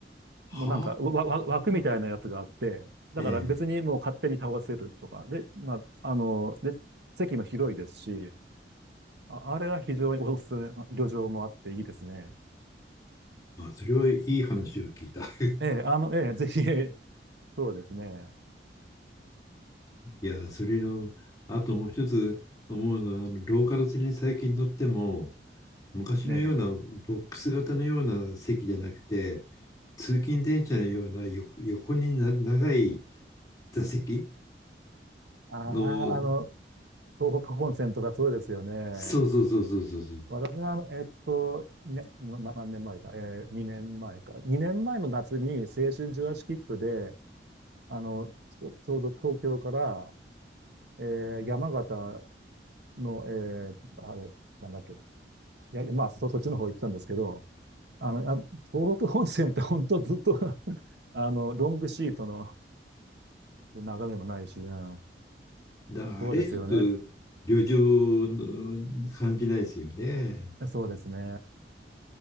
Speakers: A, on the left; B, on the right.
A: は
B: もうなんか、わ、わ枠みたいなやつがあって、
A: あ、
B: だから別にもう勝手に倒せるとか、
A: ええ。
B: で、まあ、あの、で、席も広いですし、あ、あれは非常におすすめ、旅情もあっていいですね。
A: あ、それはいい話を聞いた。<laughs>
B: ええ、あの、ええ、ぜひ、ええそうですね。
A: いや、それの、あともう一つ思うのは、あのローカル線に最近乗っても、昔のようなボックス型のような席じゃなくて、
B: ええ、
A: 通勤電車のようなよ横にな長い座席
B: ああ、
A: の、
B: あの、東北本線とかそうですよね。
A: そうそうそうそうそうそう。
B: 私は、あの、えっと、ね、な何年前か、ええ、2年前か。2年前の夏に青春18切符で、あの、ちょ、ちょうど東京から、ええ、山形の、ええ、あれ、なんだっけ、いや、まあ、そ、そっちの方行ってたんですけど、あの、あ、東北本線って本当ずっと <laughs> あの、ロングシートの眺めもないし、うん、
A: だあれちょっと
B: そうですよね。
A: 旅情の感じないですよね。
B: そうですね。